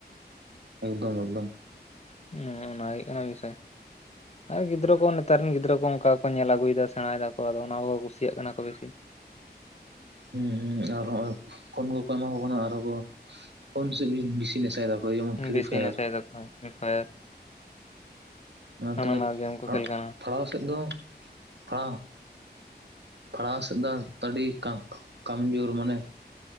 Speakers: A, on the right (about 80°); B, on the left (about 40°).
A: ᱮᱠᱫᱚᱢ ᱮᱠᱫᱚᱢ
B: ᱦᱩᱸ ᱚᱱᱟ ᱦᱩᱭᱩᱜ ᱠᱟᱱᱟ ᱵᱤᱥᱚᱭ᱾ ᱟᱨ ᱜᱤᱫᱽᱨᱟᱹ ᱠᱚ ᱱᱮᱛᱟᱨ ᱨᱮᱱ ᱜᱤᱫᱽᱨᱟᱹ ᱠᱚ ᱚᱱᱠᱟ ᱠᱚ ᱧᱮᱞ ᱟᱹᱜᱩᱭᱮᱫᱟ ᱥᱮᱬᱟᱭ ᱫᱟᱠᱚ ᱟᱫᱚ ᱚᱱᱟ ᱠᱚ ᱠᱩᱥᱤᱭᱟᱜ ᱠᱟᱱᱟ ᱠᱚ ᱵᱤᱥᱤ᱾
A: ᱦᱩᱸ ᱦᱩᱸ ᱟᱨ ᱦᱚᱸᱜᱼᱚᱭ ᱯᱷᱳᱱ ᱠᱚᱠᱚ ᱮᱢᱟ ᱠᱚ ᱠᱟᱱᱟ ᱟᱨᱦᱚᱸ ᱠᱚ ᱯᱷᱳᱱ ᱥᱮᱫ ᱜᱮ ᱵᱤᱥᱤ ᱱᱮᱥᱟᱭ ᱫᱟᱠᱚ ᱡᱮᱢᱚᱱ
B: ᱦᱩᱸ
A: ᱯᱷᱨᱤ
B: ᱵᱮᱥᱤ
A: ᱯᱷᱟᱭᱟᱨ,
B: ᱱᱮᱥᱟᱭ ᱫᱟᱠᱚ ᱯᱷᱨᱤ ᱯᱷᱟᱭᱟᱨ
A: ᱚᱱᱟ
B: ᱦᱟᱱᱟ
A: ᱛᱮᱜᱮ
B: ᱱᱟᱣᱟ ᱜᱮᱢ ᱠᱚ
A: ᱯᱷᱟ
B: ᱠᱷᱮᱞ ᱠᱟᱱᱟ
A: ᱯᱷᱟᱲᱟᱣ ᱥᱮᱫ ᱫᱚ ᱯᱟᱲᱦᱟᱣ ᱯᱟᱲᱦᱟᱣ ᱥᱮᱫ ᱫᱚ ᱟᱹᱰᱤ ᱠᱟ ᱠᱟᱢᱡᱳᱨ ᱢᱟᱱᱮ